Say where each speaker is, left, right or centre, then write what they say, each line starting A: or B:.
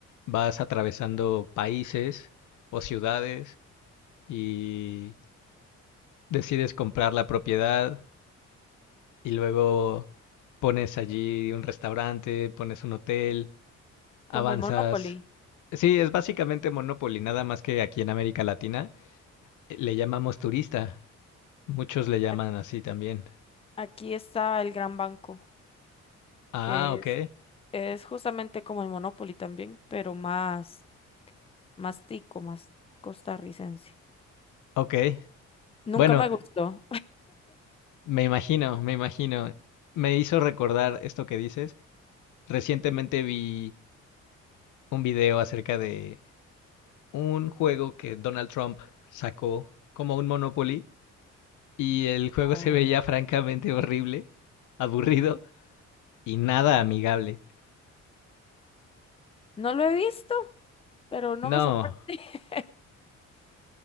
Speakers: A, on the left; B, on the left.
A: vas atravesando países o ciudades y decides comprar la propiedad y luego pones allí un restaurante, pones un hotel, avanzas.
B: Como el Monopoly.
A: Sí, es básicamente Monopoly, nada más que aquí en América Latina eh, le llamamos turista. Muchos le llaman
B: A-
A: así también.
B: Aquí estaba el Gran Banco,
A: Ah,
B: que
A: ok,
B: es, es justamente como el Monopoly también, pero más, más tico, más costarricense.
A: ok.
B: Nunca
A: Bueno,
B: me gustó.
A: me imagino, me imagino. Me hizo recordar esto que dices. Recientemente vi un video acerca de un juego que Donald Trump sacó como un Monopoly y el juego
B: no
A: se veía francamente horrible, aburrido y nada amigable.
B: No lo he visto, pero no
A: No,
B: me sorprende <laughs>